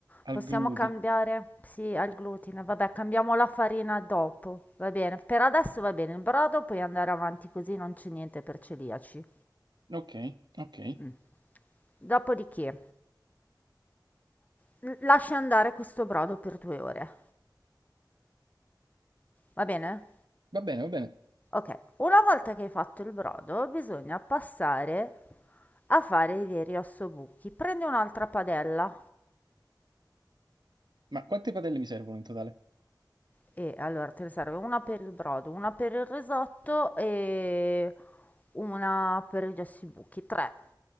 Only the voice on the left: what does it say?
Possiamo
cambiare, sì, al glutine, vabbè, cambiamo la farina dopo, va bene. Per adesso va bene, il brodo puoi andare avanti così, non c'è niente per celiaci.
Mm. Dopodiché, eh, lasci andare questo brodo per due ore, va bene?
Okay, una volta che hai fatto il brodo bisogna passare a fare i veri ossobuchi. Prendi un'altra padella
e allora te ne serve una per il brodo, una per il risotto e una per gli ossibuchi, 3.